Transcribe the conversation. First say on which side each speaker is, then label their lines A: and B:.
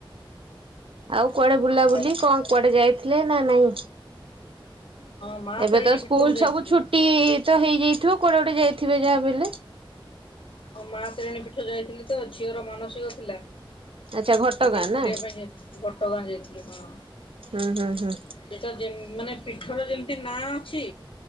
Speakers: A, on the right; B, on the left.
A: ଆଉ କୁଆଡେ ବୁଲା ବୁଲି
B: ଆଉ
A: କଣ କୁଆଡେ ଯାଇଥିଲେ ନା ନାଇଁ
B: ହଁ। ମା
A: ଏବେ
B: ତାରିଣୀ
A: ତ ସ୍କୁଲ
B: ପୀଠକୁ ଯାଇଥିଲି
A: ସବୁ ଛୁଟି ତ ହେଇଯାଇଥିବ କୁଆଡେ ଗୋଟେ ଯାଇ ଥିବେ ଯାହା ବି ହେଲେ।
B: ଆଉ ମା ତାରିଣୀ ପୀଠ ଯାଇଥିଲି ତ ଝିଅର ମାନସିକ ଥିଲା। ସେଠିକି
A: ଆଚ୍ଛା ଘଟଗାଁ
B: ବୁଲିବା
A: ନା
B: ପାଇଁ ଯାଇ ଘଟଗାଁ ଯାଇଥିଲି କଣ
A: ହୁଁ ହୁଁ ହୁଁ
B: ସେଟା ଯେ ମାନେ ପୀଠର ଯେମିତି ନାଁ ଅଛି